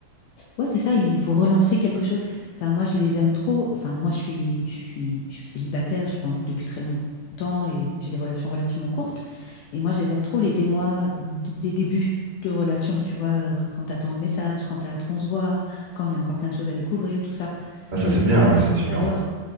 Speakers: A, on the left; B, on the right.
A: Ouais, c'est ça, il faut relancer quelque chose. Enfin, moi, je les aime trop. Enfin, moi, je suis, je suis, je suis célibataire, je suis pas en couple depuis très longtemps et j'ai des relations relativement courtes. Et moi, je les aime trop, les émois d- des débuts de relation, tu vois, euh, qu- quand t'attends le message, quand t'as hâte qu'on se voit, quand il y a encore plein de choses à découvrir, tout ça.
B: Ah, ça
A: Cet
B: c'est
A: état-là,
B: bien, ouais,
A: moi,
B: c'est
A: je
B: sûr.
A: l'adore.